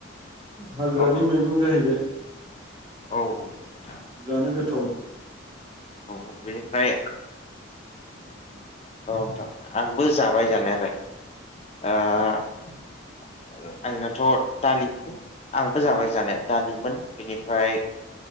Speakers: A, on the right; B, on the left.
A: हाग्रानि
B: अ
A: मैं गं जाहैबाय
B: औ नोंथां
A: जानो गोथाव
B: औ बेनिफ्राय औ नोंथां आंबो जाबाय जानायालाय। ओ आंनाथ' दालि आंबो जाबाय जानो दालिमोन। बेनिफ्राय